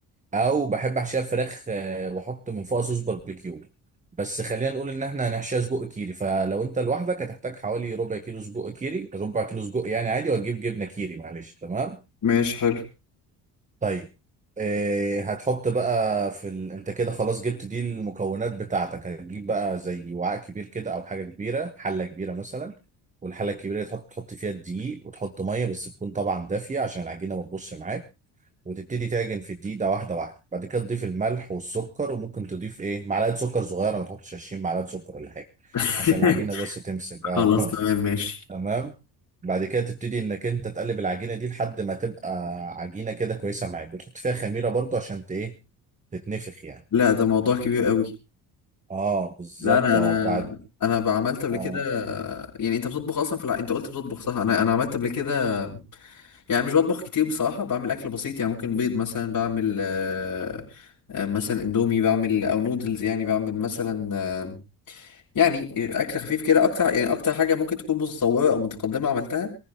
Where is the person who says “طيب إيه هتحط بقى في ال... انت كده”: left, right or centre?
Right